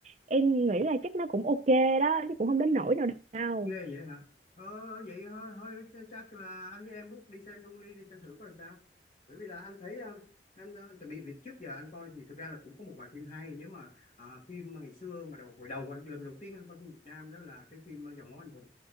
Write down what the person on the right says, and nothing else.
em nghĩ là chắc nó cũng ok đó chứ cũng không đến nỗi nào đâu